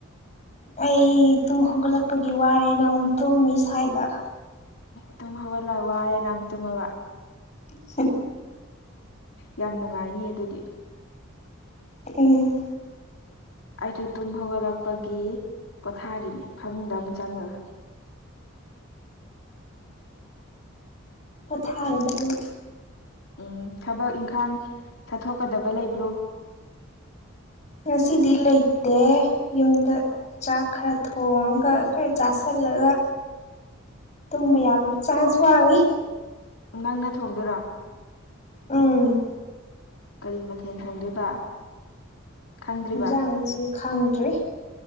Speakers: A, on the left (about 35°); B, on the left (about 75°).
A: ꯑꯩ ꯇꯨꯝ ꯍꯧꯒꯠꯂꯛꯄꯒꯤ ꯋꯥꯔꯦꯅ ꯑꯃꯨꯛ ꯇꯨꯝꯃꯤ ꯁ꯭ꯋꯥꯏꯗ
B: ꯇꯨꯝ ꯍꯧꯒꯠꯂ ꯋꯥꯔꯦꯅ ꯑꯃꯨꯛ ꯇꯨꯝꯃꯕ
A: <inaudible>
B: ꯌꯥꯝ ꯅꯨꯡꯉꯥꯏꯅꯤꯌꯦ ꯑꯗꯨꯗꯤ
A: ꯎꯝ
B: ꯑꯩꯁꯨ ꯇꯨꯝ ꯍꯧꯒꯠꯂꯛꯄꯒꯤ ꯄꯣꯊꯥꯔꯤꯅꯦ ꯐꯃꯨꯡꯗ ꯑꯃꯨꯛ ꯆꯪꯉꯒ
A: ꯄꯣꯊꯥꯒꯗꯕꯅꯤ
B: ꯎꯝ ꯊꯕꯛ ꯏꯪꯈꯥꯡ ꯆꯠꯊꯣꯛꯀꯗꯕ ꯂꯩꯕ꯭ꯔꯣ
A: ꯉꯁꯤꯗꯤ ꯂꯩꯇꯦ ꯌꯨꯝꯗ ꯆꯥꯛ ꯈꯔ ꯊꯣꯡꯉꯒ ꯈꯔ ꯆꯥꯁꯜꯂꯒ ꯇꯨꯝꯕ ꯌꯥꯕꯒꯤ ꯆꯥꯟꯁ ꯋꯥꯡꯉꯤ
B: ꯅꯪꯅ ꯊꯣꯡꯗꯣꯏꯔꯣ
A: ꯎꯝ
B: ꯀꯔꯤ ꯃꯊꯦꯟ ꯊꯣꯡꯗꯣꯏꯕ ꯈꯪꯗ꯭ꯔꯤꯕ
A: ꯍꯤꯟꯖꯥꯡꯁꯤ ꯈꯪꯗ꯭ꯔꯤ